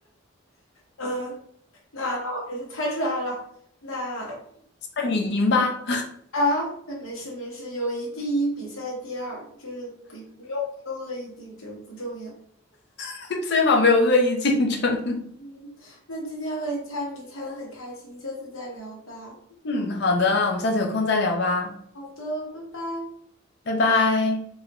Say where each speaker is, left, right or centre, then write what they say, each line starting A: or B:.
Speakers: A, on the left; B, on the left.
A: 嗯，那那我还是猜出来了。那
B: <laughs> 那你赢吧。
A: 啊，那没事没事，友谊第一，比赛第二，这不不用不用恶意竞争，不重要。
B: <laughs> 最好没有恶意竞争。
A: 嗯，那今天和你猜谜猜的很开心，下次再聊吧。
B: <laughs> 嗯，好的，我们下次有空再聊吧，
A: 好的，拜拜。
B: 拜拜。